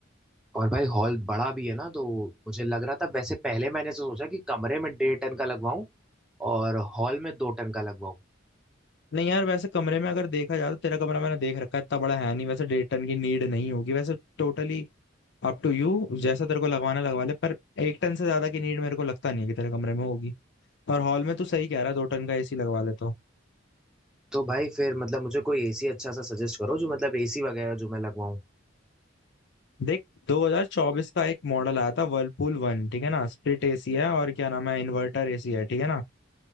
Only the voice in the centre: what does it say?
और भाई हॉल बड़ा भी है ना तो मुझे लग रहा था वैसे पहले मैंने ऐसा सोचा कि कमरे में डेढ़ टन का लगवाऊं और हॉल में दो टन का लगवाऊं
तो भाई फिर मतलब मुझे कोई एसी अच्छा सा सजेस्ट करो जो मतलब एसी वगैरह जो मैं लगवाऊं